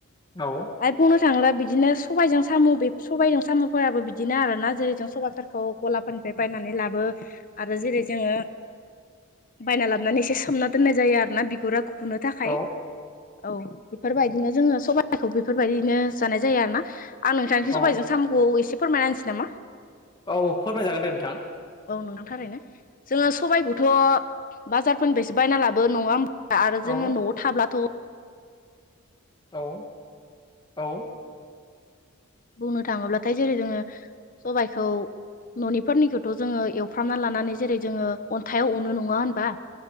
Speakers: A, on the left; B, on the left.
A: औ
B: आरो बुंनो थाङोबला बिदिनो सबबायजों साम' बे सबायजों साम'फोराबो बिदिनो आरो ना जेरैजों सबायाइफोर खौ गलाफोरनिफ्राय बायनानै लाबो आरो जेरै जोङो बायना लाबानै एसे सोमना दोननाय जायो आरो ना बिगुरा गुनो थाखाय
A: औ
B: औ बेफोरबायदिनो जोङो सबाइखौ बेफोरबायदिनो जानाय जायो आरोना आं नोंथां
A: औ
B: सबाइजों साम'खौ एसे फोरमायनाांसै नामा
A: औ फोरमायजागोन दे नोंथां
B: औ नोंनांथारैनो जोङो सबबायखौथ' बाजारफोरनिफ्रायसो बायना लाबो नङा ह आरो
A: औ
B: जोङो न'आव थाब्लाथ'
A: औ औ
B: बुंनो थाङोब्लाथाय जेरै जोङो सबाइखौ न'निफोरनिखौथ' जोङो एवफ्रामना लानानै जेरै जोङो अन्थाइाव अनो नङा होनबा